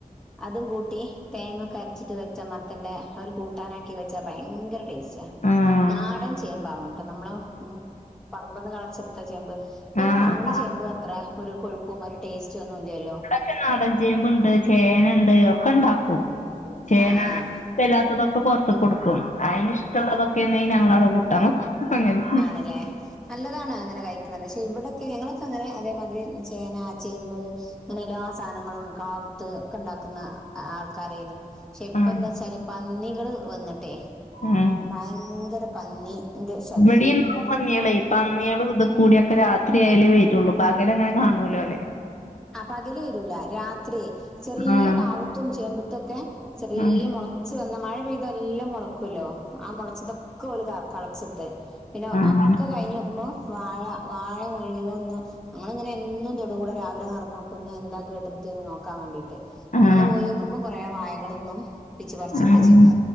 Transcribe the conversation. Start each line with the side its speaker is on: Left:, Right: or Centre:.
Centre: അതും കൂട്ടി തേങ്ങക്കെ അരച്ച്ട്ട് വെച്ചാ മത്തന്റെ ഒര് കൂട്ടാനാക്കി വെച്ചാ ഭയങ്കര ടേസ്സാ
Left: ആഹ്
Centre: നാടൻ ചേമ്പാവണട്ടോ നമ്മളെ പറ മ്പ്ന്ന് കളച്ചെട്ത്ത ചേമ്പ് ഇപ്പാ ഈ
Left: ആഹ്
Centre: വാങ്ങണ
Left: ആഹ്
Centre: ചേമ്പ് അത്ര ഒരു കൊഴുപ്പും ഒരു ടേസ്റ്റോന്നും ഇല്ലല്ലോ
Left: ഇൻക്ക് നാടൻ ചേമ്പ്ണ്ട്, ചേനണ്ട് ഒക്കെണ്ടാക്കും ചേന
Centre: ആഹ് ആഹ്
Left: ഇഷ്ട്ടല്ലാത്തതൊക്കെ പൊർത്ത്ക്കൊട്ക്കും ഐന് ഇഷ്ട്ടള്ളതൊക്കേണങ്കി ഞങ്ങളങ്ങട്ട് കൂട്ടാം വെക്കും അങ്ങനെ
Centre: ആണ്ലേ നല്ലതാണ് അങ്ങനെ കഴിക്ക്ണത് പക്ഷെ ഇവടെക്കെ ഞങ്ങളൊക്കെ അങ്ങനെ അതേമാതിരി ചേന, ചേമ്പ് അങ്ങനെല്ലാ സാനങ്ങളും കാവ് ത്ത് ഒക്കെ ണ്ടാക്ക്ന്ന ആൾക്കാരേന് പക്ഷെ ഇപ്പന്താച്ചാല്
Left: ആഹ്
Centre: പന്നികള് വന്ന്ട്ടേ
Left: ഉം
Centre: ഭയങ്കര പന്നിന്റെ ശ്
Left: വടീ <unintelligible> പന്ന്യേളെയ് പന്ന്യേള് ത്കൂട്യെക്കെ രാത്രയാലേ വരുള്ളൂ പകലങ്ങനെ കാണൂലോലെ
Centre: ആഹ് പകല് വെരൂല രാത്രി ചെറിയ
Left: ആഹ്
Centre: കാവ്ത്തും ചേമ്പ്ത്തൊക്കെ ചെറീയ
Left: ആഹ്
Centre: മൊ ളച്ച് വന്ന മഴ പെയ്ത എല്ലം മൊളക്കോലോ ആ മൊളച്ചതൊക്കെ ഓല് കളച്ച്ട്ട് പിന്നെ
Left: ആഹ്
Centre: അക്ക കൈഞ്ഞോക്ക്മ്പോ വാഴ വാഴ മുഴിവന്ന് ഞങ്ങളിങ്ങനെ എന്നും തൊടുകൂടെ രാവിലെ നടന്നോക്കുന്ന് എന്താ കേട് ത്തിയെ നോക്കാൻ വേണ്ടീട്ട് ഇപ്പന്ന്
Left: ആഹ്
Centre: പോയി വോക്കുമ്പോ കൊറെ വായകള്ന്നും പിച്ച് പറിച്ചിട്ട്ച്ചേ
Left: ആഹ്